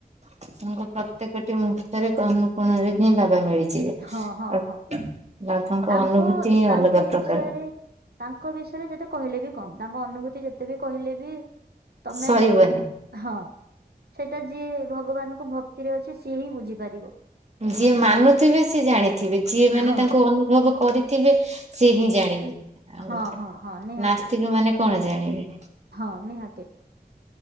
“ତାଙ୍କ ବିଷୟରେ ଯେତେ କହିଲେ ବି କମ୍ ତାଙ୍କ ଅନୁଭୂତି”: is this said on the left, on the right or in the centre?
Right